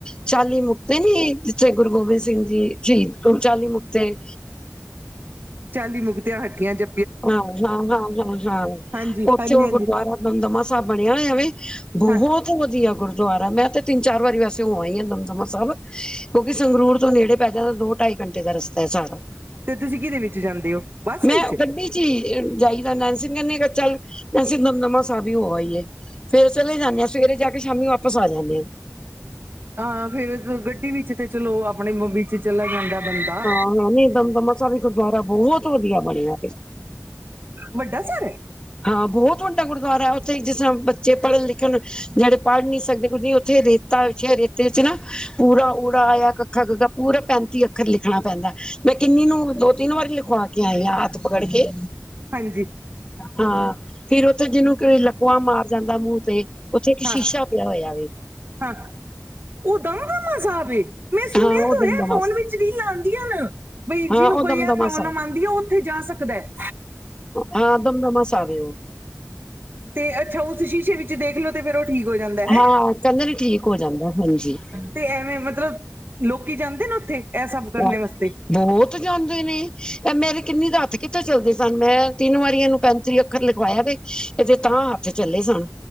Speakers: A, on the left (about 15°); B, on the right (about 40°).
A: ਚਾਲੀ ਮੁਕਤੇ ਨੀ, ਜਿੱਥੇ ਗੁਰੂ ਗੋਬਿੰਦ ਸਿੰਘ ਜੀ ਸ਼ਹੀਦ ਚਾਲੀ ਮੁਕਤੇ
B: ਚਾਲੀ ਮੁਕਤਿਆਂ ਹੱਟੀਆਂ ਜ
A: ਹਾਂ, ਹਾਂ, ਹਾਂ, ਹਾਂ, ਹਾਂ,
B: ਹਾਂਜੀ
A: ਉੱਥੇ
B: ਹਾਂਜੀ
A: ਉਹ
B: ਹਾਂਜੀ
A: ਗੁਰਦੁਆਰਾ ਦਮਦਮਾ ਸਾਹਿਬ ਬਣਿਆ ਹੋਇਆ ਵੇ ਬਹੁਤ
B: ਹਾਂ
A: ਵਧੀਆ ਗੁਰਦੁਆਰਾ, ਮੈਂ ਤੇ ਤਿੰਨ ਚਾਰ ਵਾਰੀ ਵੈਸੇ ਹੋਵ ਹੀ ਹਾਂ ਦਮਦਮਾ ਸਹਿਬ ਕਿਉਂਕਿ ਸੰਗਰੂਰ ਤੋਂ ਨੇੜੇ ਪੈ ਜਾਂਦਾ, ਦੋ ਢਾਈ ਘੰਟੇ ਦਾ ਰਸਤਾ ਹੈ ਸਾਰਾ
B: ਤੇ ਤੁਸੀਂ ਕਿਹਦੇ ਵਿੱਚ ਜਾਂਦੇ ਹੋ। ਬੱਸ
A: ਮੈਂ
B: ਵਿੱਚ
A: ਗੱਡੀ ਚ ਹੀ ਜਾਈਦਾ, ਨੈਂਸੀ ਨੂੰ ਕਹਿੰਦੀ ਚੱਲ ਨੈਂਸੀ ਦਮਦਮਾ ਸਾਬ ਹੀ ਹੋ ਆਇਐ। ਫੇਰ ਚਲੇ ਜਾਂਦੇ ਹਾ, ਸਵੇਰੇ ਜਾ ਕੇ ਸ਼ਾਮੀ ਵਾਪਸ ਆ ਜਾਂਦੇ ਹਾਂ।
B: ਹਾਂ ਫੇਿਰ ਗੱਡੀ ਵਿੱਚ ਤੇ, ਚਲੋ ਆਪਣੇ ਵਿੱਚ ਚਲਾ ਜਾਂਦਾ ਬੰਦਾ
A: <unintelligible> ਵੀ ਗੁਰਦੁਆਰਾ ਬਹੁਤ ਵਧੀਆ ਬਣਿਆ ਤੇ
B: ਵੱਡਾ ਸਾਰਾ।
A: ਹਾਂ ਬਹੁਤ ਵੱਡਾ ਗੁਰਦੁਆਰਾ ਹੈ ਉੱਥੇ ਜਿਸ ਤਰ੍ਹਾਂ ਬੱਚੇ ਪੜ੍ਹਨ ਲਿਖਣ ਜਿਹੜੇ ਪੜ੍ਹ ਨੀ ਸਕਦੇ ਕੁੱਝ ਨਹੀਂ ਉੱਥੇ ਰੇ ਰੇਤਾੱਛੇ ਰੇਤੇ ਚ ਨਾ ਪੂਰਾ ੜਾ ਆਇਆ ਕੱਖਾ ਗਗਾਾ ਪੂਰਾ ਪੈਂਤੀ ਅੱਖਰ ਲਿਖਣਾ ਪੈਂਦਾ। ਮੈਂ ਕਿੰਨੀ ਨੂੰ ਦੋ ਤਿੰਨ ਵਾਰੀ ਲਿਖਵਾ ਕੇ ਆਈ ਹ ਹੱਥ ਪਕੜ ਕੇ
B: ਹਾਂਜੀ,
A: ਹਾਂ ਫੇਰ ਉੱਥੇ ਜਿਹਨੂੰ ਕਿ ਲਕਵਾ ਮਾਰ ਜਾਂਦਾ ਮੂੰਹ ਤੇ ਉੱਥੇ ਇੱਕ
B: ਹਾਂ
A: ਸ਼ੀਸ਼ਾ ਪਿਆ ਹੋਇਆ ਵ
B: ਹਾਂ ਉਹ ਦਮਦਮਾ ਸਾਬ ਏਮੈਂ ਸੁਣਿਆ
A: ਹਾਂ ਉਹ
B: ਹੋਇਆ
A: ਦਮਦਮਾ
B: ਫੋਨ ਵਿੱਚ ਰੀਲਾ ਆਉਂਦੀਆਂ ਨ ਬਈ
A: ਹਾਂ
B: ਜਿਹਨੂੰ
A: ਉਹ
B: ਕੋਈ
A: ਦਮਦਮਾ
B: ਇਹ ਪ੍ਰੋਬਲਮ
A: ਸਾਹਿਬ
B: ਆਉਂਦੀ ਹੈ ਉਹ ਉੱਥੇ ਜਾ ਸਕਦਾ ਹੈ।
A: ਹਾਂ ਦਮਦਮਾ ਸਾਬ ਆ ਉਹ
B: ਤੇ ਅੱਛਾ ਉਸ ਸ਼ੀਸ਼ੇ ਵਿੱਚ ਤੁ ਦੇਖਲੋ ਤੇ ਫੇਰ ਉਹ ਠੀਕ ਹੋ ਜਾਂਦਾ ਹੈ।
A: ਹਾਂ ਕਹਿੰਦੇ ਨੇ ਠੀਕ ਹੋ ਜਾਂਦਾ ਹਾਂਜੀ
B: ਤੇ ਐਵੇਂ ਮਤਲਬ ਲੋਕੀ ਜਾਂਦੇ ਨੇ ਉੱਥੇ ਇਹ ਸਭ ਕਰਨੇ
A: <unintelligible>
B: ਵਾਸਤੇ
A: ਬੋਤ ਜਾਂਦੇ ਨੇ ਮੇਰੀ ਕਿੰਨੀ ਦਾ ਹੱਥ ਕਿੱਥੇ ਚੱਲਦੇ ਸਨ ਮੈਂ ਤਿੰਨ ਵਾਰੀਆਂ ਨੂੰ ਪੈਂਤੀ, ਪੱਖਰ ਲਿਖਵਾਇਆ ਤੇ, ਇਹ ਤੇ ਤਾਂ ਹੱਥ ਚੱਲੇ ਸਨ।